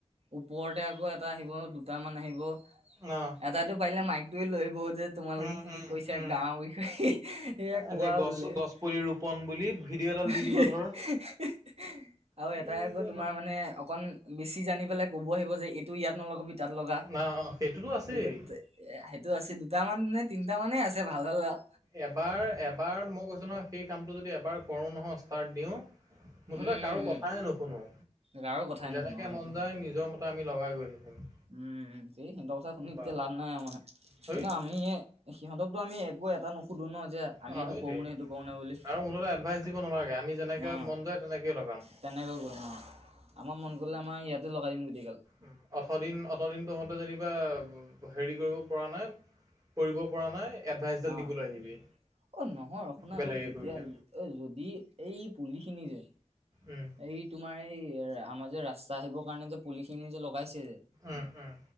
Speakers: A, on the right; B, on the right.
A: ওপৰতে আকৌ এটা আহিব দুটামান আহিব এটাই
B: অঁ
A: টো পাৰিলে মাইক টোৱে লৈ আহিব। যে তোমালোকে
B: উম
A: কি
B: উম
A: কি কৈছা
B: উম
A: গাওঁৰ বিষয়ে সেয়া কোৱা
B: একে গছ
A: বোলে। <inaudible>
B: গছ পুলি ৰোপন বুলি ভিডিঅ'
A: হি
B: এডাল দি দিব
A: হি
B: ধৰ
A: হি হি আৰু
B: কি
A: এটাই আকৌ
B: যে
A: তোমাৰ মানে অকন বেছি জানি পেলাই। ক'ব আহিব যে এইটো ইয়াত নলগাবি। তাত লগা
B: না অঁ সেইটোতো আছেই
A: এইটোত সেইটো আছে দুটামান নে তিনিটা মানে আছে ভাল ভাল আও
B: এবাৰ এবাৰ মই কৈছো নহয় সেই কামটো যদি এবাৰ কৰো নহয় ষ্টাৰ্ট দিওঁ মুঠতে
A: উম
B: কাৰো
A: উম
B: কথাই নুশুনো
A: কাৰো কথাই নুশুনো
B: যেনেকে
A: আৰু
B: মন
A: এইটো হয়
B: যায় নিজৰ মতে আমি লগাই থাকিম
A: উম সেই সিহঁতৰ কথা শুনি এতিয়া
B: বা
A: লাভ নাই মানে
B: সেই
A: কিন্তু আমি সিহঁতকতটো আমি একো এটা এটা ন সুধো ন <inaudible>
B: অ
A: এইটো
B: সেইটোৱে
A: কৰো
B: আৰু
A: নে সেইটো কৰো নে বুলি
B: মুঠতে এডভাইচ দিব নালাগে আমি যেনেকে
A: অ
B: মন যায় তেনেকে লগাম।
A: তেনেকৈ কৰিম ন আমাৰ মন গলে কৰিলে আমাৰ ইয়াতে লগাই দিম গোটইগাল
B: উ অঠ দিন অথ দিনটো মতে যেনিবা হেৰি কৰিব পৰা নাই কৰিব পৰা নাই এডভাইচডাল
A: অ',
B: দিবলৈ আহিবি
A: অ নহয় শুনা
B: বেলেগে
A: নাই যেতিয়া
B: কৰিলে
A: যদি এই পুলি খিনি যে
B: উম
A: এই তোমাৰ এই আমাৰ যে ৰাস্তা আহিবৰ কাৰণে যে পুলি খিনি যে লগ লগাইছে যে
B: উম উম